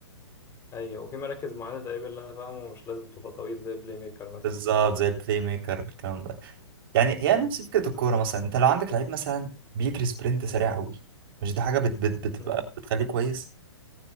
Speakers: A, on the left; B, on the right.
A: ايوه وفي مراكز معينه تقريبا اللي انا فاهمه مش لازم تبقى طويل زي بلاي ميكر مثلا
B: بالظبط زي البلاي ميكر الكلام ده يعني يعني
A: امم
B: نفس فكره الكوره مثلا انت لو عندك لعيب مثلا بيجري سبرنت سريع قوي مش دي حاجه بت بت بتبقى
A: امم
B: بتخليه كويس